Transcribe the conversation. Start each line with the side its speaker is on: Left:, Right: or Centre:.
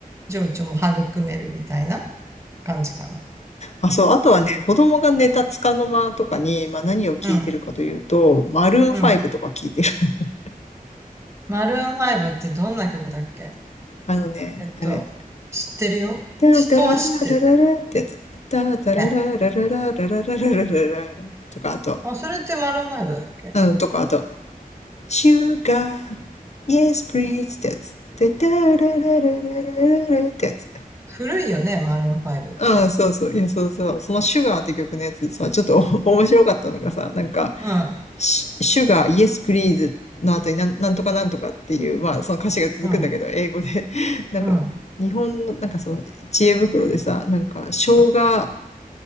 Right: 情緒も育めるみたいな感じかな。
Left: あ、そう。あとはね、子供が寝た束の間とかに、まあ何を聞いてるかというと、
Right: うん、
Left: マルーン5とか聞いてる。
Right: うん。
Left: <laughs>
Right: マルーン5ってどんな曲だっけ
Left: あのね、
Right: えっと、
Left: あれ。
Right: 知ってるよ。
Left: ダーダラララララってやつ。
Right: 人は知ってる。
Left: ダーダラララララララララララとか、
Right: え
Left: あと、
Right: あ、それってマルーン5だっけ
Left: うん、とか、あと、シュガーイ yes please ってやつ。てたららららららってやつ。
Right: 古いよね、マルーン5って。
Left: うん、そうそう。いや、そうそう。そのシュガーって曲のやつでさ、ちょっと <laughs> 面白かったのがさ、なんか、
Right: うん、
Left: シュガー、イエスプリーズの後になん、なんとかなんとかっていう、まあ、その歌詞が続くんだけど、
Right: うん、
Left: 英語で。<laughs> なんか、
Right: うん。
Left: 日本の、なんかその、知恵袋でさ、なんか、生姜、
Right: うん